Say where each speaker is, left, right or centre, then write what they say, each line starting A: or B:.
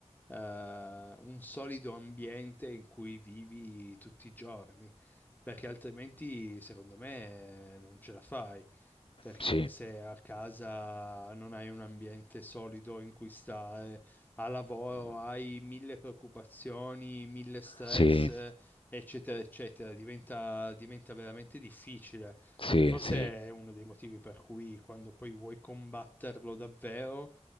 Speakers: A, on the left; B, on the left.
A: eh, un solido ambiente in cui vivi tutti i giorni, perché altrimenti secondo me eh, non ce la fai, perché
B: Sì,
A: se a casa non hai un ambiente solido in cui stare, a lavoro hai mille preoccupazioni, mille stress
B: sì,
A: eccetera, eccetera, diventa, diventa veramente difficile.
B: sì,
A: Cioè, forse
B: sì,
A: è uno dei motivi per cui quando poi vuoi combatterlo davvero,